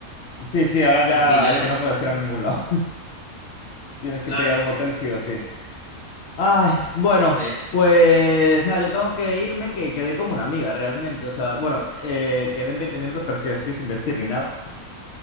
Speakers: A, on the left; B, on the left.
A: Sí, sí, ahora
B: Don
A: ya
B: dinero.
A: es que no puedes
B: Mm,
A: ir a ningún lado. <laughs> Tienes que
B: Claro.
A: pillar un hotel sí o sí. Ay, bueno,
B: Ve-
A: pues nada, yo tengo que irme, que quedé con una amiga realmente. O sea, bueno, eh, quedé en 20 minutos, pero es que estoy sin vestir ni nada.